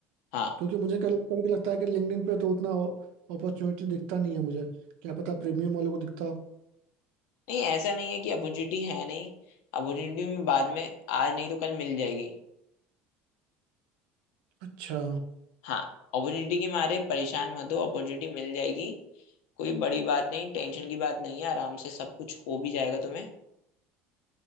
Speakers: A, on the left (about 75°); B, on the right (about 80°).
A: हाँ
B: क्योंकि मुझे कल कभी कभी लगता है कि लिंक्डइन पे तो उतना अपॉर्चुनिटी दिखता नहीं है मुझे क्या पता प्रीमियम वालों को दिखता हो।
A: नहीं ऐसा नहीं है कि अपॉर्चुनिटी है नहीं अपॉर्चुनिटी में बाद में आज नहीं तो कल मिल जाएगी
B: अच्छा
A: हाँ अपॉर्चुनिटी के मारे परेशान मत हो अपॉर्चुनिटी मिल जाएगी कोई बड़ी बात नहीं टेंशन की बात नहीं है आराम से सब कुछ हो भी जाएगा तुम्हें